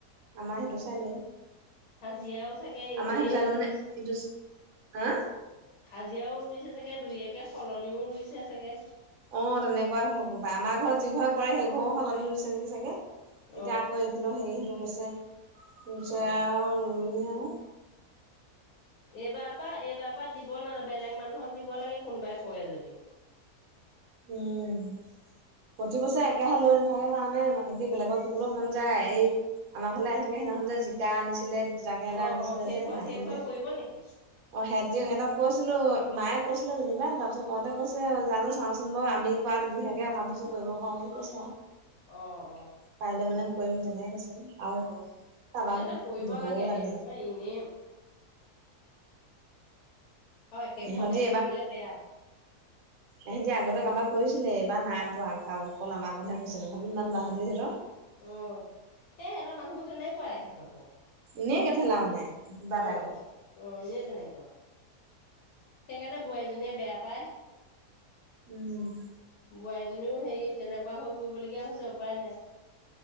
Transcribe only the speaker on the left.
হাজিৰাও চাগে এনেও
দিছে।
হাজিৰাও ৰুইছে চাগে দুই একাকে সলনিও ৰুইছে চাগে
অ
অ।
এইবাৰ পৰা এইবাৰ পৰা দিব নালাগে বেলেগ মানুহক দিব লাগে। কোনোবাই কৰে যদি।
অ
অ সেই
ঘৰ
সেই ঘৰে
কৰিব নেকি?
অ -অ
অ
সেইটোৱে কৰিব
হেৰি নহয় এনেই অ' একে
ঘৰকে দি থাকিলে বেয়া
অ এ সিহঁতৰ মানুহবোৰ তেনেকুৱাই সিহঁতৰ ঘৰৰ।
অ -অ
এনে তেনেকুৱা সেইকাৰণে বোৱাৰীজনীয়ে বেয়া পায়।
বোৱাৰীজনীও হেৰি তেনেকুৱা হৈ পৰিবলগীয়া হৈছে উপায় নাই।